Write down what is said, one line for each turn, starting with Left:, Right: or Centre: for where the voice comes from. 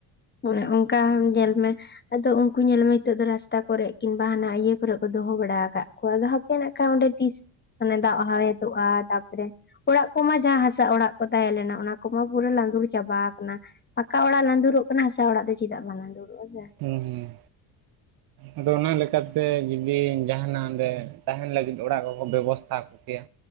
Left: ᱚᱱᱮ ᱚᱝᱠᱟ ᱦᱚᱸ ᱧᱮᱞ ᱢᱮ ᱟᱫᱚ ᱩᱝᱠᱩ ᱧᱮᱞᱢᱮ ᱱᱤᱛᱚᱜ ᱫᱚ ᱨᱟᱥᱛᱟ ᱠᱚᱨᱮᱜ ᱠᱤᱝᱵᱟ ᱦᱟᱱᱟ ᱤᱭᱟᱹ ᱠᱚᱨᱮᱜ ᱠᱚ ᱫᱚᱦᱚ ᱵᱟᱲᱟ ᱟᱠᱟᱜ <unintelligible> ᱠᱷᱟᱱᱡ ᱚᱸᱰᱮ ᱛᱤᱥ ᱢᱟᱱᱮ ᱫᱟᱜ ᱦᱟᱣᱮᱫᱚᱜᱼᱟ ᱛᱟᱨᱯᱚᱨᱮ ᱚᱲᱟᱜ ᱠᱚᱢᱟ ᱡᱟᱦᱟᱸ ᱦᱟᱥᱟ ᱚᱲᱟᱜ ᱠᱚ ᱛᱟᱦᱮᱸ ᱞᱮᱱᱟ ᱚᱱᱟ ᱠᱚᱢᱟ ᱯᱩᱨᱟᱹ ᱞᱟᱸᱫᱩᱲ ᱪᱟᱵᱟ᱾ ᱯᱟᱠᱟ ᱚᱲᱟᱜ ᱞᱟᱸᱫᱩᱨᱚᱜ ᱠᱟᱱᱟ ᱦᱟᱥᱟ ᱚᱲᱟᱜ ᱫᱚ ᱪᱮᱫᱟᱜ ᱵᱟᱝ ᱞᱟᱸᱫᱩᱨᱚᱜᱼᱟ ᱦᱮᱸ ᱥᱮ।
Right: ᱦᱩᱸ ᱦᱩᱸ। ᱟᱫᱚ ᱚᱱᱟ ᱞᱮᱠᱟᱛᱮ ᱡᱩᱫᱤ ᱡᱟᱦᱟᱱᱟᱜ ᱚᱰᱮ ᱛᱟᱦᱮᱱ ᱞᱟᱹᱜᱤᱫ ᱚᱲᱟᱜ ᱠᱚᱠᱚ ᱵᱮᱵᱚᱥᱛᱷᱟ ᱠᱮᱭᱟ